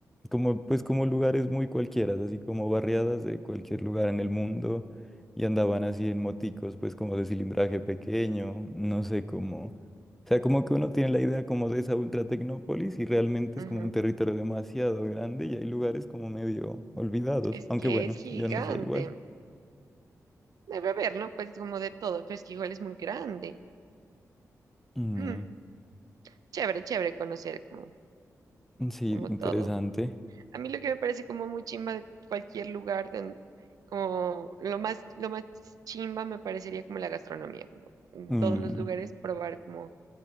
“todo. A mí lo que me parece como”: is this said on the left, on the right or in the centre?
Right